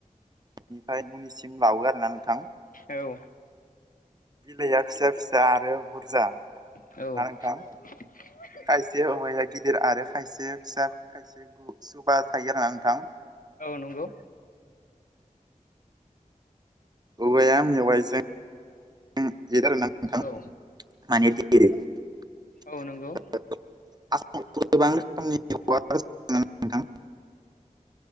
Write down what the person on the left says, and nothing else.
औ
औ
<unintelligible>
औ नंगौ
औ औ नंगौ